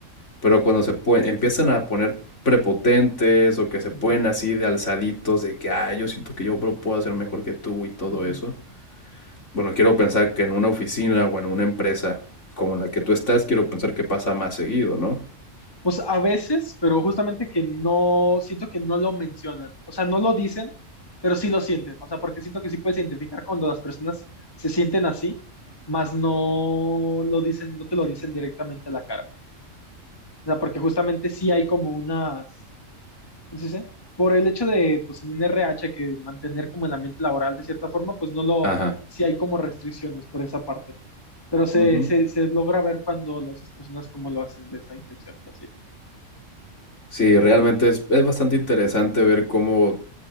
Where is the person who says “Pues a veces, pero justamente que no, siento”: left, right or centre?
Left